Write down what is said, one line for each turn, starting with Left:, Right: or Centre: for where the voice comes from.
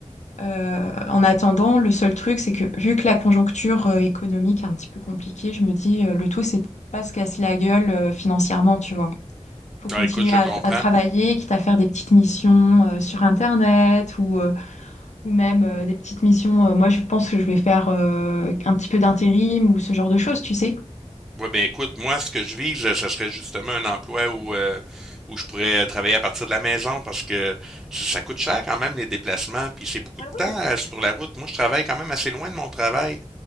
Left: Euh, en attendant, le seul truc, c'est que vu que la conjoncture euh, économique est un petit peu compliquée, je me dis, euh, le tout, c'est de pas se casser la gueule euh, financièrement, tu vois. Faut continuer
Centre: Ah, écoute, je
Left: à,
Centre: comprends.
Left: à travailler, quitte à faire des petites missions euh, sur Internet ou euh, ou même euh, des petites missions. Euh, moi, je pense que je vais faire euh, un petit peu d'intérim ou ce genre de choses, tu sais.
Centre: Ouais, ben écoute, moi, ce que je vise, euh, ça serait justement un emploi où, euh, où je pourrais euh, travailler à partir de la maison parce que ça ça coûte cher quand même les déplacements, puis c'est beaucoup
Left: Ah
Centre: de
Left: oui,
Centre: temps euh, sur la route. Moi, je travaille quand même assez loin de mon travail.